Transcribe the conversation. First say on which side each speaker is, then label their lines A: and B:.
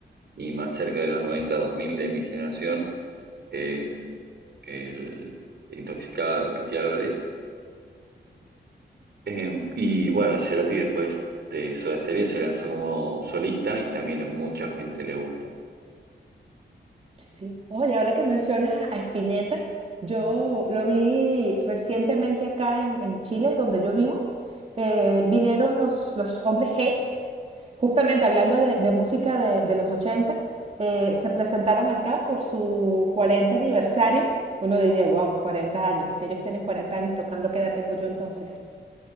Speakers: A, on the right; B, on the right.
A: Y más cerca de los noventa dos mil de mi generación, eh, el Intoxicado, el Piti Álvarez. Eh, y bueno, Cerati después de Soda Stereo se lanzó como solista y también a mucha gente le gusta.
B: ¿sí? Oye, ahora que mencionas a, a Spinetta, yo lo vi recientemente acá en, en Chile, donde yo vivo. Eh, vinieron los, los hombres G Justamente hablando de, de música de, de los 80, eh, se presentaron acá por su 40 aniversario. Uno diría, wow, Cuarenta años. Si ellos tienen 40 años tocando, ¿qué edad tengo yo entonces?